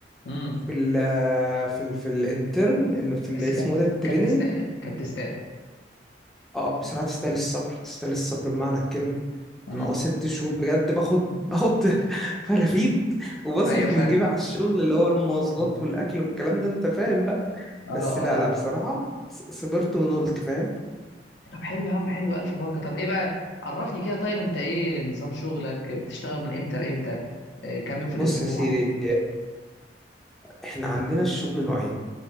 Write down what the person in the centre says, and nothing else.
في ال آه، في ال في الانترن اللي في اللي
اسمه
إيه ده التريننج
اه بصراحة تستاهل الصبر تستاهل الصبر بمعنى الكلمة
أنا اه ست شهور بجد باخد باخد <laughs> فرافيت وبصرف
من جيبي على الشغل اللي هو المواصلات
والأكل والكلام ده أنت فاهم بقى
بس
لا
لا بصراحة ص- صبرت ونولت فاهم
بص
يا سيدي احنا عندنا الشغل نوعين